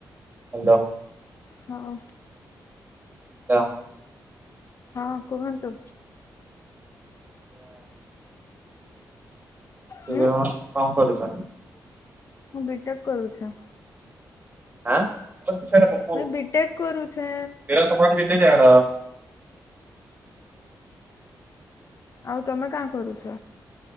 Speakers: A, on the right; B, on the left.
A: ହାଲୋ।
B: ହଁ।
A: ହାଲୋ।
B: ହଁ। କୁହନ୍ତୁ।
A: ସେ
B: ହୁଁ
A: କଣ କଣ ବରୁ ସାର୍।
B: ମୁଁ ବିିଟେକ୍ କରୁଛ।
A: ଆଁ। ପଛା ନା ପପୁ
B: ମୁଇଁ
A: ମେରା
B: ବିଟେକ୍ କରୁଛେ
A: ସମାନ ବି ଯେଯା
B: ଆଉ ତମେ କାଁ କରୁଛ?